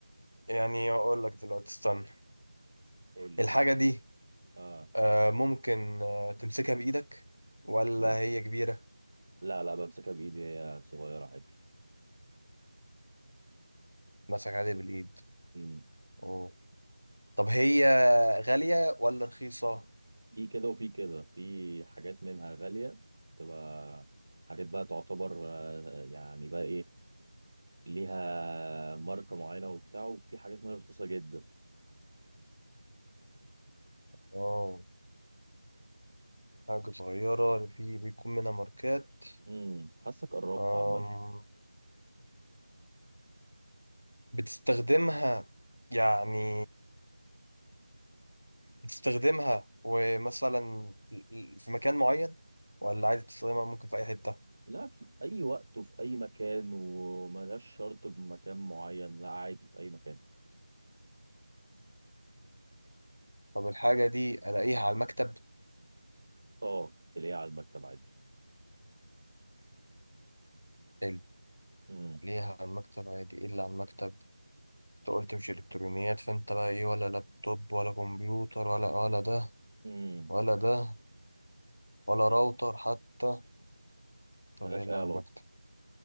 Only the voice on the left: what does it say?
يعني أقول لك دلوقتي استنى
الحاجة
دي
آه، ممكن آه، تمسكها بإيدك ولا
هي كبيرة
مسك عليها بالإيد
أوه. طب هي غالية ولا رخيصة؟
اه حاجة صغيرة في بيكون منها ماركات
أم،
بتستخدمها يعني بتستخدمها ومثلا في مكان معين ولا عادي تستخدمها ممكن في أي حتة
طب الحاجة دي ألاقيها على المكتب
حلو
ألاقيها على المكتب عادي إيه اللي على المكتب أنت قلت مش إلكترونيات فأنت بقى إيه ولا لابتوب ولا كمبيوتر ولا ولا ده
ولا ده ولا راوتر حتى طب
إيه اللي
على المكتب